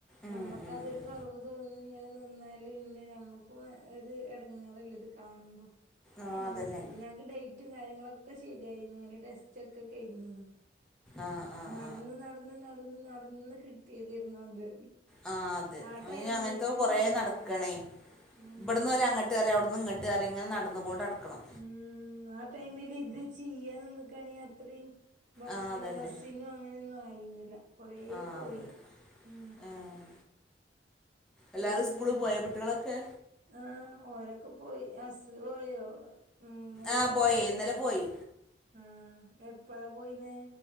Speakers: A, in the centre; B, on the right.
A: ഉം
B: നമ്മക്ക്
A: ഉം
B: അതൊരു
A: ഉം
B: കുറവ് തോന്നി ങ്ങനെ നിന്നാല് പിന്നെ നമ്മക്ക് ക്കും ഒര് എടങ്ങേറല്ലേ ത് കാണുമ്പോ
A: ആ
B: അങ്ങനെ
A: അതന്നെ
B: ചെയ്ത് ഞങ്ങക്ക് ഡൈ റ്റും കാര്യങ്ങളൊക്കെ ചെയ്തായിരുന്നു ടെസ്റ്റ് ഒക്കെ കഴിഞീന്
A: ആഹ് ആഹ് ആഹ്
B: നടന്ന് നടന്ന് നടന്ന് നടന്ന് കിട്ടിയതിരുന്നു അത്
A: ആ അതെ
B: ആ
A: അ
B: ടൈം
A: അങ്ങനത്തെ
B: കൊണ്ട് ഇത്
A: കൊറ
B: ചെയ്താ
A: നടക്കണേ
B: മതിയാണ് ഉം
A: ഇവിടന്ന് ഓലെ അങ്ങട്ട് അങ്ങട്ടറി അവിടുന്ന്ങ്ങട്ട് റി ഇങ്ങനെ നടന്നു കൊണ്ട് അടക്കണം
B: ഉം ആ ടൈമിൽ ഇത് ചെയ്യൻ നിക്കാണ് അത്രയും ബസ്
A: ആഹ് അതന്നെ
B: ബസ്സിനും അങ്ങനെയൊന്നും ആയിന്നില്ല കൊറ
A: ആഹ്
B: പോയി
A: കൊല്ലം
B: ഉം
A: ആഹ് എല്ലാരും
B: പിന്നെ
A: സ്കൂള് പോയോ കുട്ടികളൊക്കെ
B: ആ ഓരൊക്കെ പോയി അസറ് പോയോ ഓല്
A: ആഹ്
B: പോയരുന്നില്ലേ
A: പോയി ഇന്നലെ പോയി
B: ആ എപ്പഴാ പോയിന്നേ